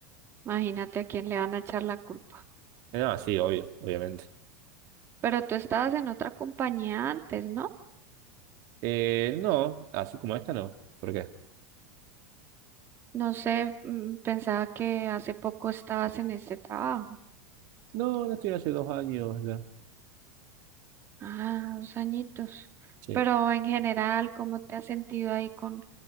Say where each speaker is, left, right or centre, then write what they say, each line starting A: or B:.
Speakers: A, on the right; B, on the right.
A: imagínate a quién le van a echar la culpa.
B: Eh, No, sí, obvio, obviamente.
A: Pero tú estabas en otra compañía antes, ¿no?
B: Eh, no, así como esta no, ¿por qué?
A: No sé, mm, pensaba que hace poco estabas en este trabajo.
B: No, no estoy hace dos años ya.
A: Ah, dos añitos.
B: Sí.
A: Pero en general, ¿cómo te has sentido ahí con,